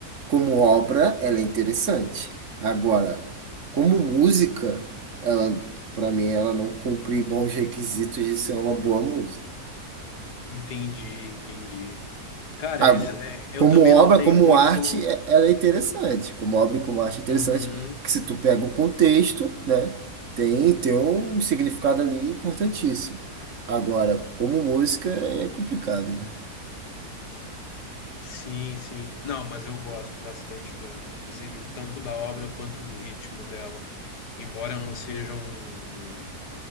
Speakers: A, on the right; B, on the left.
A: Como obra, ela é interessante. Agora, como música, ela, para mim, ela não cumpre bons requisitos de ser uma boa música.
B: Entendi, entendi. Cara,
A: Ah,
B: esse- é, eu
A: como
B: também
A: obra,
B: não tenho
A: como
B: muito.
A: arte, é- ela é interessante. Como obra e como arte é interessante,
B: Uhum.
A: que se tu pega o contexto, né, tem, tem um significado ali importantíssimo. Agora, como música, é complicado, né?
B: Sim, sim. Não, mas eu gosto bastante da, inclusive, tanto da obra quanto do ritmo dela. Embora eu não seja um, um,